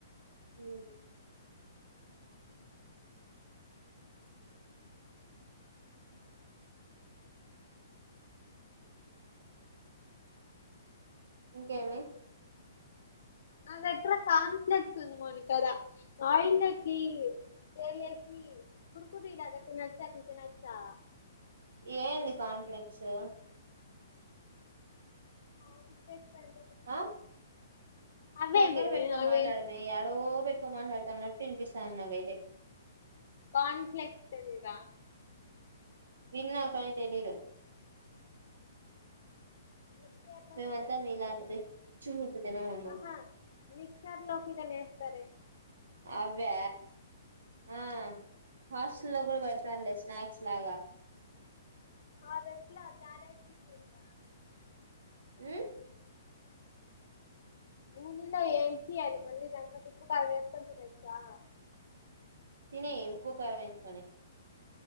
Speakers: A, on the right; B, on the left.
A: హ్మ్మ్ ఇంకేమి
B: నా దగ్గర కార్నఫలాక్స్ ఉంది మోనిక ఆయిల్ లో కీ ఫ్రై చేసి కీ కురుకురీ లాగా తినచ్చ అది తినచ్చా
A: ఏంది కార్నఫలేక్సు
B: కార్నఫలాక్స్ అన్
A: ఆ
B: అవేమి
A: దగ్గర పెట్టుకొని
B: అవి
A: మాట్లాడవే ఎడో పెట్టుకొని మాట్లాడుతున్నట్టు వినిపిస్తోంది ది నాకైతే
B: కార్నఫలాక్స్ తెలిదా
A: విన్నా కాని తెలీదు
B: మిక్చర్ లోకి
A: మేమంతా
B: గాని
A: మీలాంటి
B: ఏస్తారు అవి
A: రిచ్ ఫుడ్ తినమ్మమ్మ
B: ఆహా మిక్చర్ లోకి కానీ ఎస్తారే
A: అ వే ఆ హాస్టల్ లో కూడా పెడతారులే స్నాక్స్ లాగా
B: అదెట్లా తారే చచవీంద
A: హ్మ్
B: నూనెలో వేయించి అవి మళ్ళీ దాంట్లో ఉప్పు కారం వేసుకోని తినొచ్చా
A: తినెయ్ ఉప్పు కారం వేసుకని